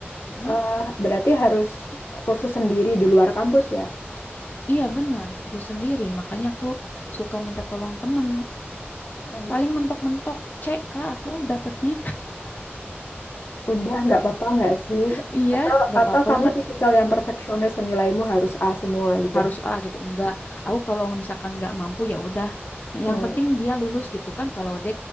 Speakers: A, on the left; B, on the left.
A: Mm,
B: Eh, berarti harus kursus sendiri di luar kampus ya?
A: iya benar kursus sendiri makanya aku suka minta tolong temen
B: Nice.
A: paling mentok-mentok C kak aku dapatnya
B: Udah nggak apa-apa nggak sih?
A: <laughs> iya
B: Atau
A: nggak
B: atau
A: apa-apa
B: kamu tipikal yang perfeksionis nilaimu harus A semua gitu?
A: harus A gitu enggak aku kalau misalkan enggak mampu ya udah nah,
B: Hmm.
A: yang penting dia lulus gitu kan kalau D